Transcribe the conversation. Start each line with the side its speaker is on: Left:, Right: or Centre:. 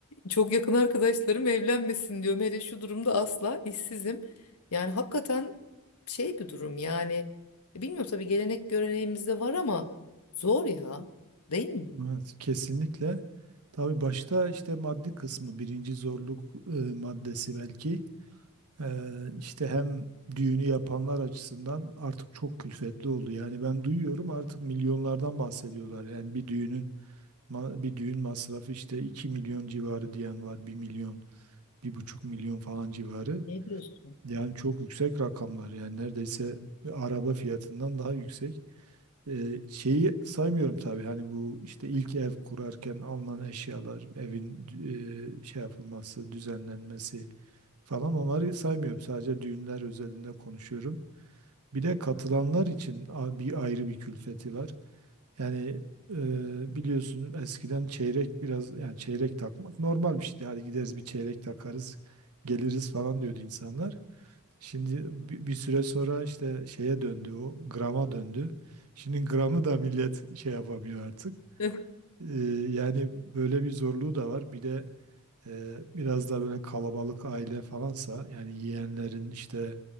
Left: çok yakın arkadaşlarım evlenmesin diyorum. Hele şu durumda asla işsizim. Yani hakikaten şey bir durum yani. Bilmiyorum tabii gelenek göreneğimizde var ama zor ya. Değil mi?
Right: Evet, kesinlikle. Tabii başta işte maddi kısmı, birinci zorluk e, maddesi belki. E, işte hem düğünü yapanlar açısından artık çok külfetli oldu. Yani ben duyuyorum artık milyonlardan bahsediyorlar. Yani bir düğünün ma- bir düğün masrafı işte 2 milyon civarı diyen var, bir milyon, bir buçuk milyon falan civarı.
Left: Ne diyorsun?
Right: Yani çok yüksek rakamlar yani neredeyse bir araba fiyatından daha yüksek. Ee, şeyi saymıyorum tabii hani bu işte ilk ev kurarken alınan eşyalar, evin e, şey yapılması, düzenlenmesi falan onları saymıyorum. Sadece düğünler özelinde konuşuyorum. Bir de katılanlar için a- bir ayrı bir külfeti var. Yani e, biliyorsun eskiden çeyrek biraz yani çeyrek takmak normal bir şeydi. Hadi gideriz bir çeyrek takarız, geliriz falan diyordu insanlar. Şimdi bi- bir süre sonra işte şeye döndü o grama döndü. Şimdi gramı da millet şey yapamıyor artık.
Left: <laughs>
Right: Ee, yani böyle bir zorluğu da var. Bir de e, biraz da böyle kalabalık aile falansa yani yeğenlerin işte